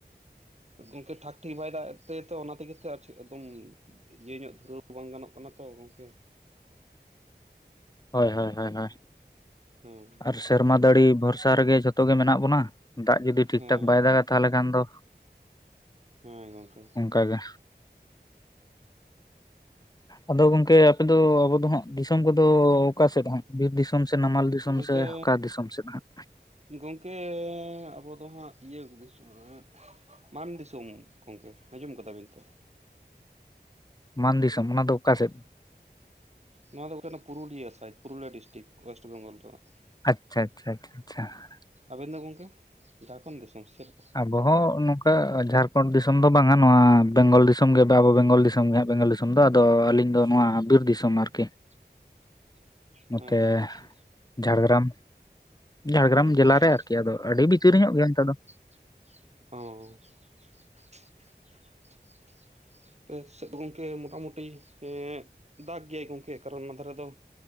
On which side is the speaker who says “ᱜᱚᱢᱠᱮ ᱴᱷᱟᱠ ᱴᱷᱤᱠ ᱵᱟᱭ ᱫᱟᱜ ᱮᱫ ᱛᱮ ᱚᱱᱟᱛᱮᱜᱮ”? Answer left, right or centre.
Right